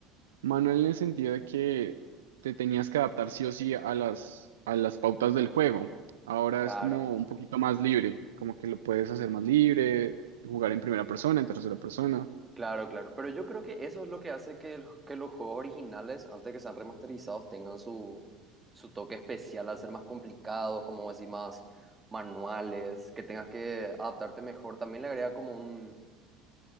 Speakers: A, on the right; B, on the right.
A: Manual en el sentido de que te tenías que adaptar sí o sí a las, a las pautas del juego. Ahora
B: Claro,
A: es como un poquito más libre, como que lo puedes hacer más libre, jugar en primera persona, en tercera persona.
B: claro, claro. Pero yo creo que eso es lo que hace que, el- que los juegos originales, antes de que sean remasterizados, tengan su, su toque especial al ser más complicados, como decir, más manuales, que tengas que adaptarte mejor. También le agrega como un,